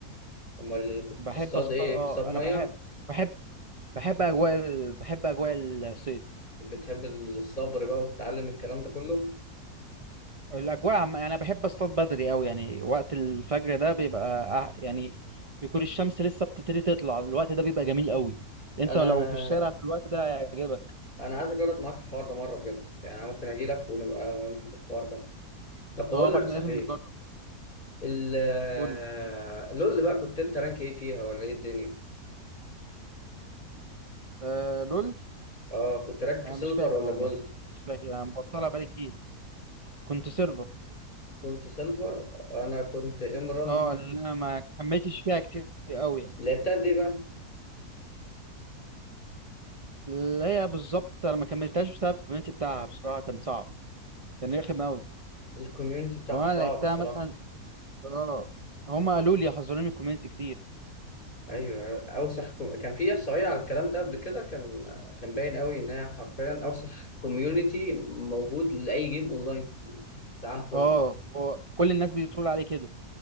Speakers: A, on the left; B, on the right.
A: امال كنت
B: بحب
A: بتصطاد
B: اصطاد
A: ايه
B: اه
A: بتصطاد مية
B: انا بحب بحب بحب اجواء ال- بحب اجواء الصيد
A: بتحب الصبر بقى وتتعلم الكلام ده كله
B: الاجواء عم... يعني انا بحب اصطاد بدري قوي يعني وقت الفجر ده بيبقى أه- يعني بيكون الشمس لسه بتبتدي تطلع الوقت ده بيبقى جميل قوي انت
A: انا
B: لو في الشارع في الوقت ده هيعجبك
A: انا عايز اجرب معاك الحوار ده مره بجد يعني انا ممكن اجي لك ونبقى نشوف الحوار ده طب بقول
B: اه ما
A: لك
B: احنا
A: صحيح
B: لازم نجرب
A: ال آه،
B: قول لي
A: لول بقى كنت انت رانك ايه فيها ولا ايه الدنيا
B: آه لول
A: اه كنت رانك
B: انا
A: سيلفر
B: مش فاكر
A: ولا
B: والله
A: جولد
B: مش فاكر انا مبطلها بقالي كتير كنت سيرفر
A: كنت سيلفر انا كنت ايمرالد
B: اه اللي انا ما كملتش فيها كتير قوي يعني
A: لعبتها قد ايه بقى
B: اللي هي بالظبط انا ما كملتهاش بسبب الكوميونتي بتاعها بصراحه كان صعب كان رخم قوي
A: الكوميونتي بتاعها
B: فانا
A: صعب
B: لعبتها
A: الصراحه
B: مثلا اه هما قالوا لي حذروني من الكوميونتي كتير
A: ايوه اوسخ كو- كان في احصائيه على الكلام ده قبل كده كان كان باين قوي ان هي حرفيا اوسخ كوميونتي موجود لاي جيم اونلاين في العالم كله
B: اه هو كل الناس بتقول عليه كده